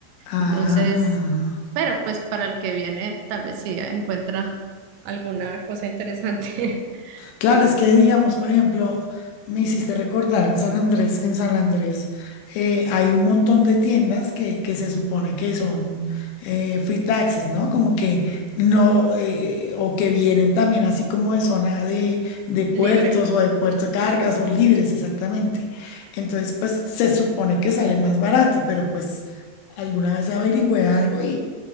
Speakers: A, on the left (about 85°); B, on the right (about 80°).
A: Ah.
B: Entonces, pero pues para el que viene, tal vez sí encuentra alguna cosa interesante <laughs>
A: Claro, es que digamos, por ejemplo, me hiciste recordar en San Andrés, en San Andrés eh, hay un montón de tiendas que, que se supone que son eh, free taxes, ¿no? Como que no, eh, o que vienen también así como de zona de, de puertos
B: libre.
A: o de puerto cargas o libres, exactamente. Entonces, pues se supone que sale más barato, pero pues alguna vez averigüé algo y